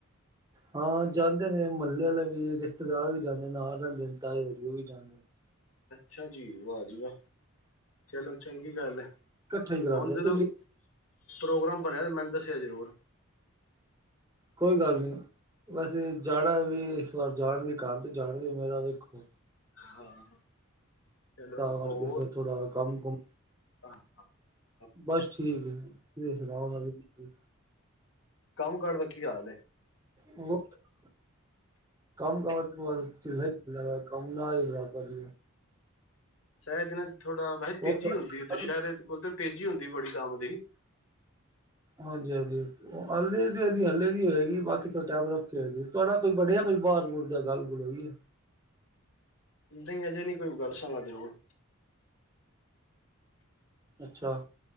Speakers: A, on the right; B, on the left.
A: ਹਾਂ ਜਾਂਦੇ ਨੇ, ਮੁਹੱਲੇ ਵਾਲੇ ਵੀ, ਰਿਸ਼ਤੇਦਾਰ ਵੀ ਜਾਂਦੇ ਨੇ, ਨਾਲ ਰਹਿੰਦੇ ਨੇ ਤਾਏ ਹੋਰੀ, ਉਹ ਵੀ ਜਾਂਦੇ ਨੇ।
B: ਅੱਛਾ ਜੀ, ਵਾਹ ਜੀ ਵਾਹ, ਚਲੋ ਚੰਗੀ ਗੱਲ ਹੈ?
A: ਇਕੱਠੇ ਹੀ ਕਰਾਉਂਦੇ
B: ਹੁਣ
A: ਪਿਛਲੀ
B: ਜਦੋਂ ਪ੍ਰੋਗਰਾਮ ਬਣਿਆ, ਤੇ ਮੈਨੂੰ ਦੱਸਿਆ ਜ਼ਰੂਰ।
A: ਕੋਈ ਗੱਲ ਨੀ, ਵੈਸੇ ਜਾਣਾ ਵੀ ਇਸ ਵਾਰ ਜਾਣਗੇ, ਘਰ ਦੇ ਜਾਣਗੇ, ਮੇਰਾ ਵੇਖੋ।
B: ਹਾਂ। ਚਲੋ
A: ਤਾਂ
B: ਹੋਰ
A: ਕਰਕੇ, ਫੇਰ ਥੋੜਾ ਕੰਮ -ਕੁੰਮ।
B: ਹਾਂ- ਹਾਂ।
A: ਬਸ ਠੀਕ ਹੈ, ਤੁਸੀਂ ਸੁਣਾਉ, ਨਵੀ ਤਾਜੀ?
B: ਕੰਮ -ਕਾਰ ਦਾ, ਕੀ ਹਾਲ ਏ?
A: <unintelligible> ਕੰਮ ਕਾਰ ਚ <unintelligible> ਕੰਮ ਨਾ ਬ ਕਰ
B: ਐ ਦਿਨਾਂ ਚ ਥੋੜਾ ਵੈਸੇ ਤੇਜ਼ੀ
A: ਹੋਰ ਤੁਹਾਡੇ
B: ਹੁੰਦੀ, ਦੁਸਹਿਰੇ ਕੋਲ ਤਾਂ ਤੇਜ਼ੀ ਹੁੰਦੀ ਬੜੀ ਕੰਮ ਦੀ।
A: ਹਾਂਜੀ -ਹਾਂਜੀ। ਉਹ ਹੱਲੇ ਨੀ, ਹੱਲੇ ਨੀ ਹੋਏਗੀ, ਬਾਕੀ ਤਾਂ ਟਾਈਮ ਰੱਖ ਕੇ ਹੋਏਗੀ। ਤੁਹਾਡਾ ਕੋਈ ਬਣਿਆ ਕੋਈ ਬਾਹਰ- ਬੁਹਰ ਦਾ ਗੱਲ -ਗੁਲ ਹੋ ਗਈ ਹੈ।
B: ਨਹੀ ਹਜੇ ਨੀ, ਕੋਈ ਦੱਸਾਂਗਾ ਜਰੂਰ।
A: ਅੱਛਾ,